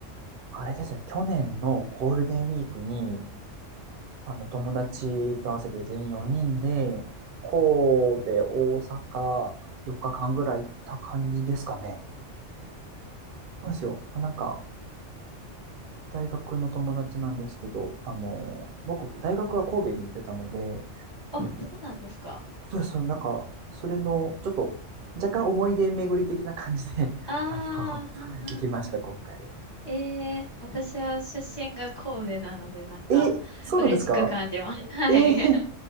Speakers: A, on the right; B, on the left.
A: あれですね、去年のゴールデンウィークに、あの、友達と合わせて全員4人で、神戸、大阪、4日間ぐらい行った感じですかね。そうですよ。なんか、大学の友達なんですけど、あの、僕、大学は神戸に行ってたので、
B: あそうなんですか。うんはいはいはいはいおーえーそうなんですかああそうなんですか
A: そうです、そうですなんか、それの、ちょっと、若干思い出巡り的な感じで、
B: ああ、
A: <laughs> あの、
B: うんうんうん。
A: 行きました、今回は。
B: ええ私は出身が神戸なので、なんか、
A: え、そうなんですか
B: 嬉しく感じます。<laughs> はい。
A: えー